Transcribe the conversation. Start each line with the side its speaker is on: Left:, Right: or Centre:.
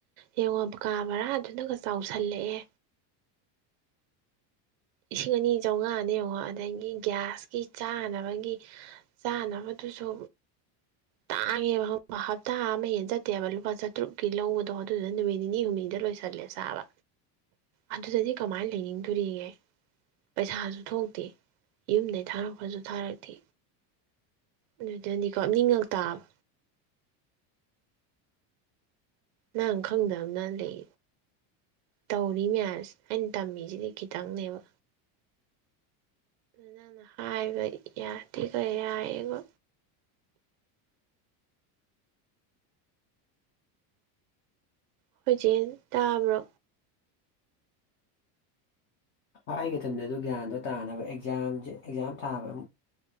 Right: ꯌꯦꯡꯉꯣ ꯀꯥ ꯕꯥꯔꯥꯗꯨꯅꯒ ꯆꯥꯎꯁꯜꯂꯛꯑꯦ ꯂꯤꯁꯤꯡ ꯑꯅꯤ ꯆꯧꯉꯥꯅꯤ ꯌꯦꯡꯉꯣ ꯑꯗꯒꯤ ꯒ꯭ꯌꯥꯁꯀꯤ ꯆꯥꯅꯕꯒꯤ ꯆꯥꯅꯕꯗꯨꯖꯨ ꯇꯥꯡꯉꯦꯕ ꯈꯪꯕ꯭ꯔꯥ ꯍꯞꯇꯥ ꯑꯃ ꯍꯦꯟꯅ ꯆꯠꯇꯦꯕ ꯂꯨꯄꯥ ꯆꯥꯇ꯭ꯔꯨꯛꯀꯤ ꯂꯧꯕꯗꯣ ꯑꯗꯨꯗꯨꯅ ꯅꯨꯃꯤꯠ ꯅꯤꯅꯤ ꯍꯨꯝꯅꯤꯗ ꯂꯣꯏꯁꯤꯜꯂꯦ ꯆꯥꯕ ꯑꯗꯨꯗꯗꯤ ꯀꯃꯥꯏ ꯂꯩꯅꯤꯡꯗꯨꯔꯤꯒꯦ ꯄꯩꯁꯥꯖꯨ ꯊꯣꯛꯇꯦ ꯌꯨꯝꯗꯒꯤ ꯊꯥꯔꯛꯄꯁꯨ ꯊꯥꯔꯛꯇꯦ ꯑꯗꯨꯗꯗꯤꯀꯣ ꯀꯞꯅꯤꯡꯉꯛ ꯇꯥꯕ ꯅꯪ ꯈꯪꯗꯕ <unintelligible> ꯂꯩ ꯇꯧꯔꯤ ꯃꯌꯥꯝꯁꯦ ꯑꯩꯅ ꯇꯝꯃꯤꯁꯤꯗꯤ ꯈꯤꯇꯪꯅꯦꯕ ꯅꯪꯅ ꯍꯥꯏꯕ ꯌꯥꯗꯦꯒ ꯌꯥꯏꯌꯦꯒ ꯑꯩꯈꯣꯏ ꯆꯦꯅ ꯇꯥꯕ꯭ꯔꯣ
Left: ꯍꯥꯏꯒꯗꯕꯅꯦ ꯑꯗꯨ ꯒ꯭ꯌꯥꯟꯗꯣ ꯇꯥꯅꯕ ꯑꯦꯛꯖꯥꯝꯖꯦ ꯑꯦꯛꯖꯥꯝ ꯊꯥꯕ ꯃ